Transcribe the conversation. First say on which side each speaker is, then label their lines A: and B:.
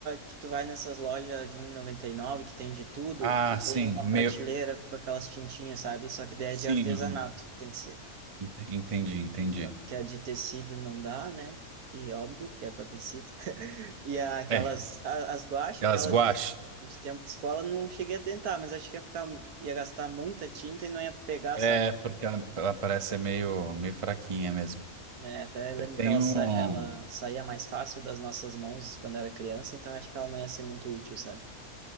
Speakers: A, on the right; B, on the right.
A: que tu vai nessas lojas de um e e noventa e nove que tem de tudo,
B: Ah,
A: que tem
B: sim,
A: uma
B: meio,
A: prateleira com aquelas tintinhas, sabe? Só que daí
B: sim,
A: é de artesanato que tem que ser.
B: ent- entendi, entendi.
A: Que é de tecido não dá, né? E óbvio que é para tecido. <laughs> E aquelas,
B: É,
A: a- as guache,
B: aquelas
A: aquela
B: guache.
A: de, de tempo de escola, não cheguei a tentar, mas acho que ia ficar, ia gastar muita tinta e não ia pegar,
B: É,
A: sabe?
B: porque ela, ela parece ser meio, meio fraquinha mesmo.
A: É, até lembro
B: Eu tenho,
A: que ela, sa- ela saía mais fácil das nossas mãos quando era criança, então acho que ela não ia ser muito útil, sabe?